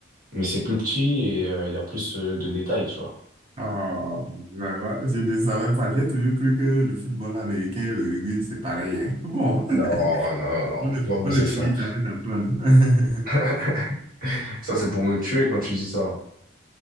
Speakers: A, on the right; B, on the right.
A: mais c'est plus petit et euh, il y a plus euh, de détails, tu vois.
B: Oh, vraiment, je ne savais pas. J'ai toujours cru que le football américain et le rugby, c'est pareil, hein. Bon, <laughs>
A: Non, non, non, non,
B: on ne,
A: faut pas penser
B: on ne finit
A: ça.
B: jamais d'apprendre.
A: <laughs>
B: <laughs>
A: Ça, c'est pour me tuer quand tu dis ça.